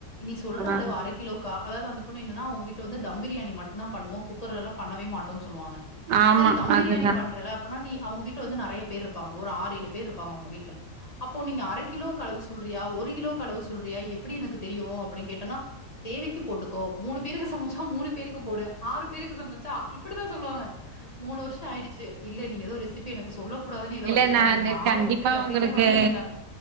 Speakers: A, on the left; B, on the right.
A: நீ சொல்ற அளவு
B: ஆ
A: அரைக்கிலோக்கா அதாவ்து அந்த பொண்ணு என்னன்னா அவுங்கவீட்ல வந்து தம் ப்ரியாணி மட்டு தா பண்ணுவோ குக்கர்லலா பண்ணவே மாட்டோ சொல்லுவாங்க
B: ஆமா
A: செரி தம்
B: அதுதான்.
A: ப்ரியாணி பண்றல அப் பனா நீ அவுங்க வீட்டுல வந்து நெறைய பேரு இருப்பாங்க ஒரு ஆரெழு பேர் இருப்பாங்க அவுங்க வீட்ல அப்போ நீங்க அர கிலோவுக்கு அளவு சொல்றியா ஒரு கிலோவுக்கு அளவு சொல்றியா எப்டி எனக்கு தெரியு அப்டி கேட்டனா தேவைக்கி போட்டுக்கோ மூணு பேருக்கு சமச்சா மூணு பேருக்கு போடு ஆறு பேருக்கு சமச்சா ஆ இப் டிதா சொல்வாங்க மூணு வர்ஷோ ஆயிடுச்சு இல்ல நீ ஏதோ ரெசிபி எனக்கு சொல்ல கூடாதுன்னு ஏதோ
B: இல்ல
A: வச்சிருக்க
B: நானு
A: என்ன ஆள
B: கண்டிப்பா
A: விட்ரு அப்டின்னே
B: உங்களுக்கு
A: வந்துட்டே நானு